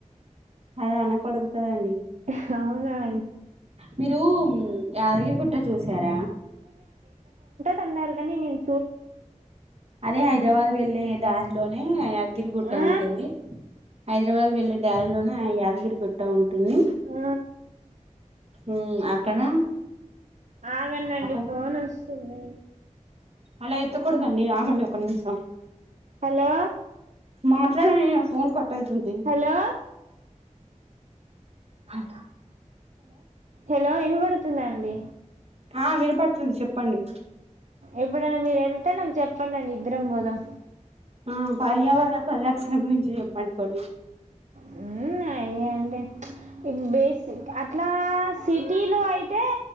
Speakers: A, on the right; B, on the right.
A: అలా అనకూడదు కదా అండి
B: చ
A: మీరు యాదగిరి గుట్ట చూసారా
B: తన్నార్ కాని నేన్
A: అదే హైదరాబాద్ వెళ్లే దారిలోనే యా గిరిగుట్ట
B: ఆ?
A: ఉంటుంది హైద్ర హైదరాబాద్ వెళ్లే దారిలోఆ యాదగిరి గుట్ట ఉంటుంది
B: ఆ
A: హ్మ్ అక్కడ
B: ఆగండి అండి
A: అక్కడ
B: ఫోన్ వస్తుంది
A: అలా ఎత్తకూడదండి ఆగండి ఒక నిమిషం
B: హలో
A: మాట్లాడన్ నేన్ ఫోన్ కాల్ ట్టైతుంది
B: హలో
A: అద
B: హలో వినబడుతుందా అండి
A: ఆ వినపడుతుంది చెప్పండి
B: ఎప్పుడైనా మీరు వెళ్ తే నాకు చెప్పండి ఇద్దరం పోదాం
A: ఆ పర్యావరణ పరిరక్షణ గురించి చెప్పండి కొన్ని
B: మ్మ్. అయ్యండి బేసిక్ అట్లా సిటీలో అయితే